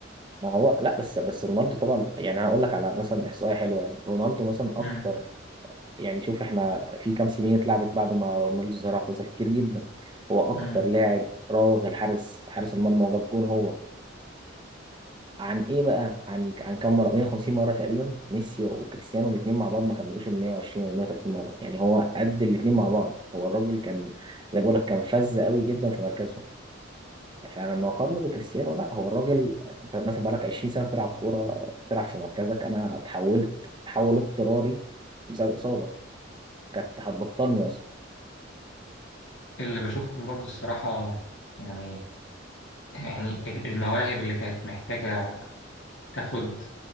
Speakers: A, on the right; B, on the left.
A: ما هو لا بس بس رونالدو طبعا يعني هقول لك على مثلا احصائيه حلوه يعني رونالدو مثلا
B: امم
A: اكتر يعني شوف احنا في كام سنين اتلعبت بعد ما رونالدو الظاهرة اعتزل كتير جدا هو اكتر
B: امم
A: لاعب راوغ الحارس حارس المرمى وجاب جون هو عن ايه بقى عن عن كام مره 150 مره تقريبا ميسي وكريستيانو الاثنين مع بعض ما كملوش ال 120 ولا 130 مره يعني هو قد الاثنين مع بعض هو الراجل كان زي ما بقول لك كان فذ قوي جدا في مركزه فانا لما اقارنه بكريستيانو لا هو الراجل انت مثلا بقالك 20 سنه بتلعب كوره بتلعب في مركزك انا اتحولت تحول اضطراري بسبب اصابه كانت هتبطلني اصلا
B: اللي بشوفهم برضو الصراحه يعني يعني ال- المواهب اللي كانت محتاجه تاخد